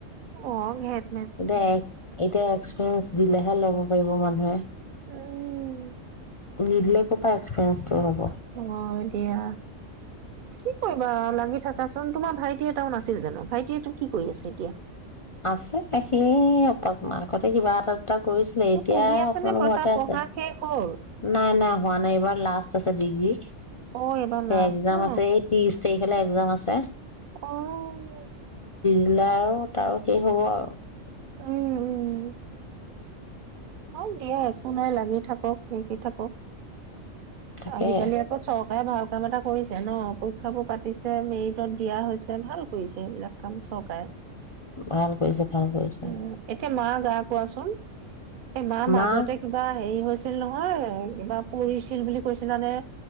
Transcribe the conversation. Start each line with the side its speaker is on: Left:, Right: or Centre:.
Right: অ' <unintelligible>
Left: দেখ এতিয়া এক্সপিৰিয়েন্স দিলেহে ল'ব পাৰিব মানুহে।
Right: উম
Left: নিদিলে ক'ৰ পৰা এক্সপিৰিয়েন্সটো হ'ব।
Right: অ', দিয়া। কি কৰিবা, লাগি থকা। চোন তোমাৰ ভাইটি এটাও নাছিল জানো? ভাইটিটো কি কৰি আছে এতিয়া?
Left: আছে, সেই <unintelligible> কিবা এটা টা কৰিছিলে।
Right: সি
Left: এতিয়া
Right: পঢ়ি আছে
Left: অকণমান
Right: নে
Left: ঘৰতে
Right: তাৰ
Left: আছে।
Right: পঢ়া শেষ হ'ল
Left: নাই, নাই, হোৱা নাই এইবাৰ লাষ্ট <unintelligible> ডিগ্ৰী
Right: অ এইবাৰ লাষ্ট
Left: এক্সাম
Right: ন
Left: আছে এই তিশ এইফালে এক্সাম আছে।
Right: অহ'।
Left: জিলাৰো তাৰো সেই হ'ব আৰু
Right: উম', উম', হয়। দিয়া একো নাই, লাগি থাকক, শিকি থাকক।
Left: তাকে
Right: আজিকালি আকৌ চক ভাল কাম এটা কৰিছে ন। পৰীক্ষাবোৰ পাতিছে, মেৰিটত দিয়া হৈছে, ভাল কৰিছে এইবিলাক কাম চৰকাৰে উম',
Left: ভাল কৰিছে ভাল কৰিছে
Right: এতিয়া মাৰ গা কোৱাচোন। এই মাৰ মাজতে
Left: মাক
Right: কিবা হেৰি হৈছে আছিল নহয় কিবা পঢ়িছিল বুলি কৈছিলা নে